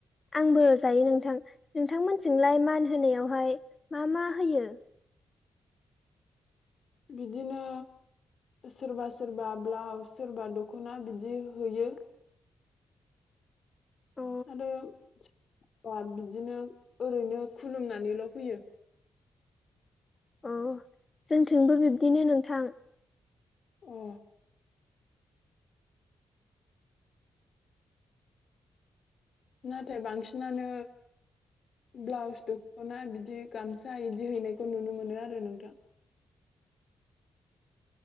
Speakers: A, on the left (about 40°); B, on the left (about 70°).
A: आंबो जायो नोंथां नोंथांमोन थिंलाय मान होनायावहाय मा मा होयो
B: बिदिनो सोरबा-सोरबा ब्लाउस सोरबा दखना बिदि होयो।
A: अ
B: आरो सोरबा बिदिनो ओरैनो खुलुमनानैल फैयो।
A: अ जोंथिंबो बिब्दिनो नोंथां
B: ए नाथाय बांसिनानो ब्लाउस दखना बिदि गामसा बिदि हैनायखौ नुनो मोनो आरो नोंथां।